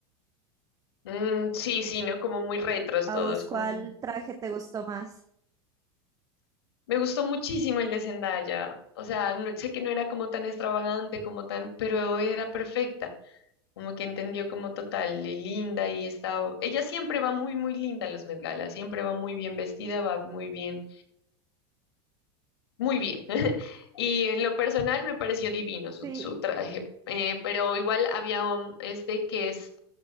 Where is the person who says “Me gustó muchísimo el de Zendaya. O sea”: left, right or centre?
Left